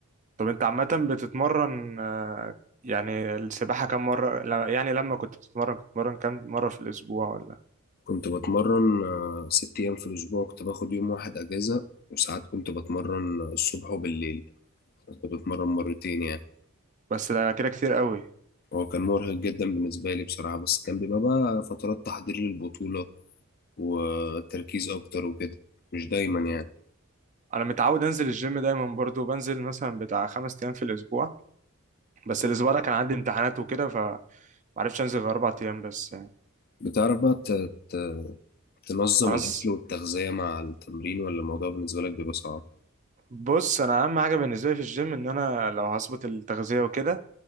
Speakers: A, on the right; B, on the left.
A: طب انت عامة بتتمرن آه، يعني السباحة كم مرة لا- يعني لما كنت بتتمرن كنت بتتمرن كم مرة في الأسبوع ولا
B: كنت بتمرن آه، ست ايام في الاسبوع كنت باخد يوم واحد اجازة وساعات كنت بتمرن الصبح وبالليل كنت بتمرن مرتين يعني
A: بس ده كده كتير قوي
B: هو كان مرهق جدا بالنسبة لي بصراحة بس كان بيبقى بقى فترات تحضير للبطولة وتركيز اكتر وكده مش دايما يعني
A: أنا متعود أنزل الجيم دايما برضو بنزل مثلا بتاع خمس أيام في الأسبوع بس الأسبوع ده كان عندي امتحانات وكده فمعرفتش أنزل غير أربع أيام بس يعني
B: بتعرف بقى ت- ت- تنظم
A: أنا
B: الأكل
A: س-
B: والتغذية مع التمرين ولا الموضوع بالنسبة لك بيبقى صعب؟
A: بص أنا أهم حاجة بالنسبة لي في الجيم إن أنا لو هظبط التغذية وكده